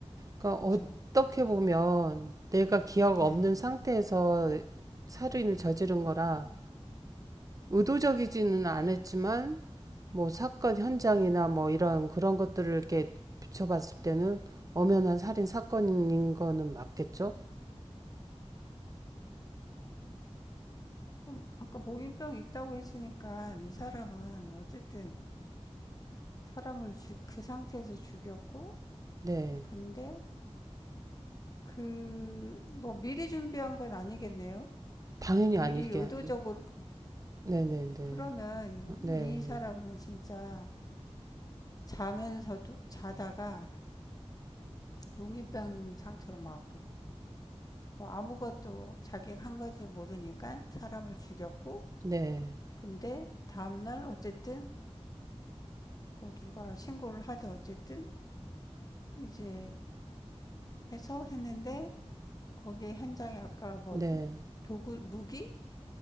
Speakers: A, on the right; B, on the left.
A: 그러니까
B: 그쵸?
A: 어떻게 보면 내가 기억
B: 네.
A: 없는 상태에서 살인을 저지른 거라 의도적이지는 않았지만 뭐 사건 현장이나 뭐 이런 그런 것들을 이렇게 비춰봤을 때는 엄연한 살인 사건인 거는 맞겠죠?
B: 그럼 아까 몽유병이 있다고 했으니까 이 사람은 어쨌든 사람을 주, 그 상태에서 죽였고,
A: 네.
B: 근데 그, 뭐 미리 준비한 건 아니겠네요?
A: 당연히
B: 미리
A: 아니게.
B: 의도적으로,
A: 네네네. 네.
B: 그러면
A: 네. 네.
B: 이 사람은 진짜 자면서도, 자다가 몽유병 상태로 막, 뭐 아무것도 자기가 한 건지 모르니까 사람을 죽였고,
A: 네. 네.
B: 근데 다음날 어쨌든, 뭐 누가 신고를 하든 어쨌든, 이제 해서 했는데, 거기에 현장에 아까 뭐
A: 네.
B: 도구, 무기?